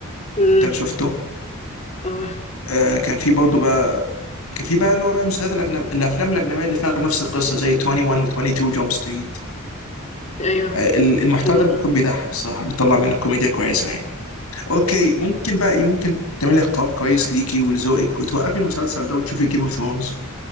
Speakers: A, on the left (about 30°); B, on the left (about 75°).
A: أمم،
B: ده انا شفته
A: اه
B: آه كان في برضه بقى كان في بقى اللي هو بقى المسلسلات الاجنبيه الافلام الاجنبيه اللي فيها نفس القصه زي 21 و22 جامب ستريت
A: ايوه
B: آه ال- المحتوى
A: حلو
B: ده بيكون
A: ده.
B: بيضحك الصراحه بيطلع منه كوميديا كويسه يعني اوكي ممكن بقى ايه ممكن تعملي قرار كويس ليكي ولذوقك وتوقفي المسلسل ده وتشوفي جيم اوف ثرونز